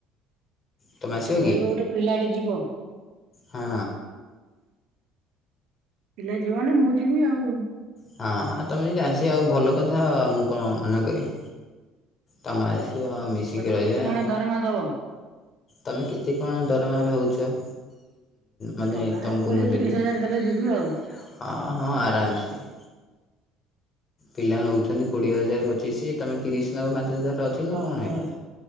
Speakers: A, on the left (about 35°); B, on the right (about 60°).
A: ତୁମେ
B: ମତେ
A: ଆସିବ
B: କହିବ
A: କି
B: ଗୋଟେ ପିଲାଟେ ଯିବ।
A: ହଁ
B: ପିଲା ଯିବନି ମୁଁ ଯିବି ଆଉ।
A: ହଁ ଆଉ ତମେ ଯଦି ଆସିବ ଆଉ ଭଲ କଥା ମୁଁ କଣ ମନା କରିବି। ତମେ ମିଶିକି
B: ମତେ
A: ରହିବା।
B: କେତେ କଣ ଦରମା ଦବ?
A: ତମେ କେତେ କଣ ଦରମା ଭାବୁଚ? ମାନେ
B: ଟଙ୍କା
A: ତୁମକୁ
B: କୋଡିଏ
A: ମୁଁ
B: ତିରିଶ
A: ଦେବି ହଁ
B: ହଜାର ଦେଲେ ଯିବି ଆଉ
A: ହଁ ଆରାମ୍ ସେ ପିଲା ନଉଛନ୍ତି କୋଡିଏ ହଜାର ପଚିଶି ତମେ ତିରିଶ ନବ ପାଞ୍ଚ ହଜାର ଅଧିକ
B: ଓହୋ
A: କଣ ହେଲା।